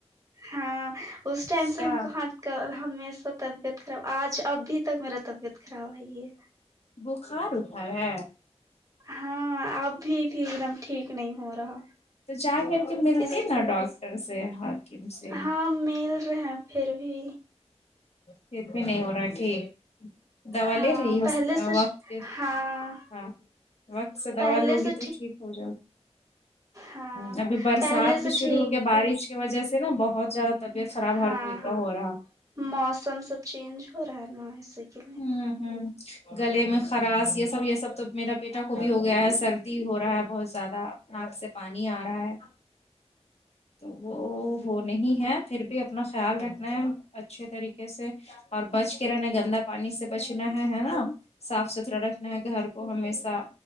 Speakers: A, on the right (about 30°); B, on the left (about 65°).
A: ہاں اس ٹائم
B: کیا
A: سے ہم کہاں کا <unintelligible> طبیعت خراب آج اب بھی تک میرا طبیعت خراب ہےئی یہ
B: بخار اخار ہے
A: ہاں ا بھی بھی ٹھیک نہیں ہو رہا
B: تو جا کر کے ملتی
A: اس
B: نا ڈاکٹر سے سے
A: ہاں مل رہے پھر بھی
B: پھر بھی نہیں ہو رہا ٹھیک دوا
A: ہاں
B: لے رہی ہو
A: پہلے سے
B: وقت پے
A: ہاں
B: ہاں وقت سے
A: پہلے
B: دوا لوگی
A: سے
B: تو ٹھیک ہو جاؤ گی
A: ہاں
B: ہ ابھی برسات
A: پہلے سے
B: بھی شروع
A: ٹھیک
B: ہو گیا بارش کی وجہ سے نا بہت زیادہ طبیعت خراب
A: ہاں
B: ہر کوئی کا
A: ہاں
B: ہو رہا ہے
A: موسم سب چینج ہو رہا ہے نا اسی کے لیے
B: ہوں ہوں گلے میں خراش یہ سب یہ سب تو میرا پ بیٹا خوبی ہو گیا ہے سردی ہو رہا ہے بہت زیادہ ناک سے پانی آ رہا ہے تو وہ وہ نہیں ہے پھر بھی اپنا خیال رکھنا ہے اچھے طریقے سے اور بچ کے رہنا گندا پانی سے بچنا ہے ہے نا صاف ستھرا رکھنا ہے گھر کو ہمیشہ